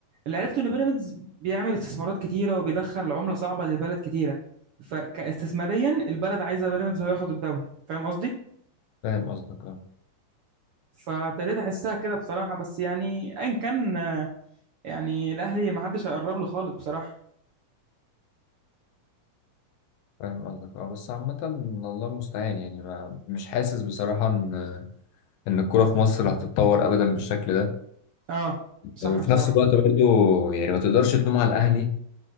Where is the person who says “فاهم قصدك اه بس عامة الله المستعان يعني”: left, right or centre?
Left